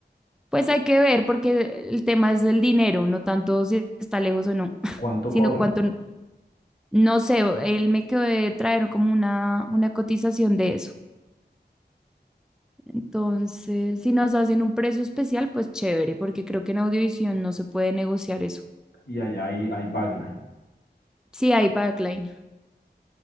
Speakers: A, in the centre; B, on the left.
A: Pues hay que ver, porque el tema es el dinero, no tanto si está lejos o no, <laughs>
B: ¿Cuánto
A: sino
B: cobran?
A: cuánto, no sé, él me quedó de traer como una, una cotización de eso. Entonces, si nos hacen un precio especial, pues chévere, porque creo que en Audiovisión no se puede negociar eso.
B: y allá hay, hay backline
A: Sí, hay backline.